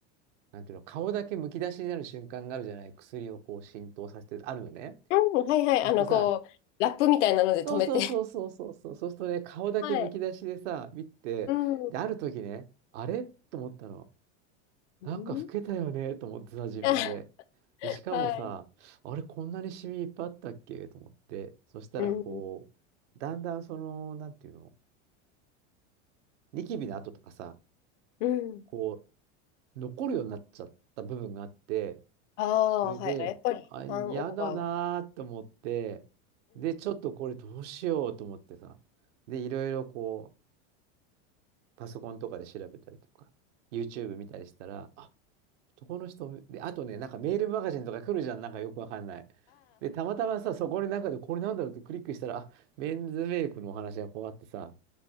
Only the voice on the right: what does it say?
なんていうの、顔だけむき出しになる瞬間があるじゃない、薬をこう浸透させて、あるのね。
そうするとさ、
そうそうそうそうそうそう、
そうするとね、顔だけむき出しでさ、
見て、
で、ある時ね、あれと思ったの。
なんか老けたよねと思ってさ、自分で。
で、しかもさ、
あれ、こんなにシミいっぱいあったっけと思って。そしたら、
こう、だんだんその、なんていうの、ニキビの跡とかさ、
こう、残るようになっちゃった部分があって、
それで、
あ、嫌だなーと思って、
で、ちょっとこれどうしようと思ってさ、で、いろいろこう、パソコンとかで調べたりとか、YouTube 見たりしたら、あ、男の人、で、あとね、なんかメールマガジンとか来るじゃん、なんかよくわかんない。で、たまたまさ、そこになんかで、これなんだろうってクリックしたら、あ、メンズメイクのお話がこうあってさ、